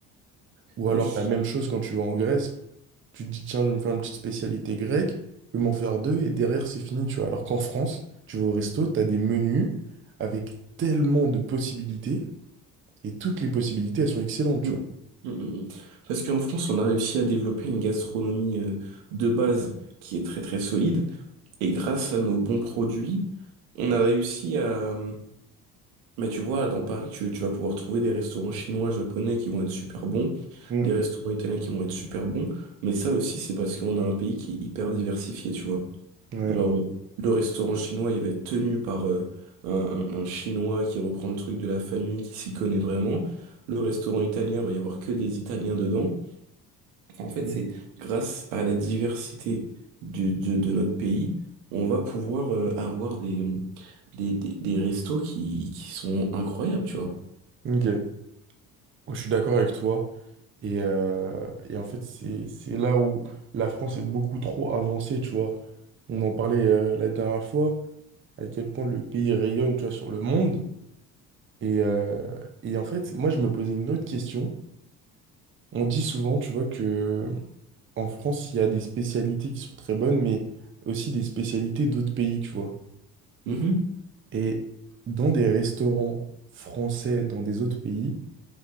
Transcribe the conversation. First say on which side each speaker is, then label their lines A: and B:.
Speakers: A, on the right (about 30°); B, on the right (about 80°).
A: Ou
B: Non,
A: alors
B: je-
A: la même chose quand tu vas en Grèce, tu te dis tiens, je vais me faire une petite spécialité grecque, je vais m'en faire deux et derrière c'est fini, tu vois. Alors qu'en France, tu vas au resto, t'as des menus avec tellement de possibilités et toutes les possibilités elles sont excellentes,
B: hmm.
A: tu vois.
B: Hmm, hmm, hmm. Parce qu'en France, on a réussi à développer une gastronomie euh, de base qui est très très solide. Et grâce à nos bons produits, on a réussi à, Mais tu vois, dans Paris, tu, tu vas pouvoir trouver des restaurants chinois, japonais qui vont être super bons,
A: Mm,
B: des restaurants italiens qui vont être super bons, mais ça aussi, c'est parce qu'on a un pays qui est hyper diversifié, tu vois.
A: ouais.
B: Genre, le restaurant chinois, il va être tenu par euh, un, un- un chinois qui reprend le truc de la famille, qui s'y connaît vraiment. Le restaurant italien, il va y avoir que des Italiens dedans. Enfin, En fait,
A: Mm,
B: c'est grâce à la diversité du- de, de notre pays, on va pouvoir euh, avoir des, des, des, des restos qui, qui sont incroyables, tu vois.
A: Ok. Je suis d'accord avec toi. Et, euh, et en fait, c'est, c'est là où la France est beaucoup trop avancée, tu vois. On en parlait euh, la dernière fois, à quel point le pays rayonne, tu vois, sur le monde. Et, euh, et en fait, moi, je me posais une autre question. On dit souvent, tu vois, que en France, il y a des spécialités qui sont très bonnes, mais aussi des spécialités d'autres pays, tu vois.
B: Mhm.
A: Et dans des restaurants français, dans des autres pays,